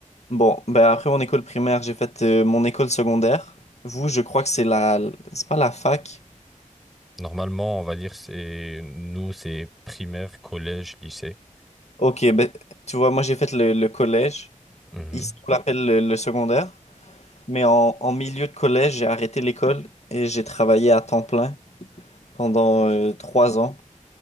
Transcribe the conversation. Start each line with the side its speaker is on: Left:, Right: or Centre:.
Left: Bon, ben après mon école primaire, j'ai fait euh, mon école secondaire. Vous, je crois que c'est la... C'est pas la fac.
Centre: Normalement, on va dire, c'est, nous, c'est primaire, collège, lycée.
Left: Ok, ben tu vois, moi j'ai fait le, le collège.
Centre: Mhm.
Left: Ici, on l'appelle le, le secondaire. Mais en, en milieu de collège, j'ai arrêté l'école et j'ai travaillé à temps plein pendant euh, trois ans.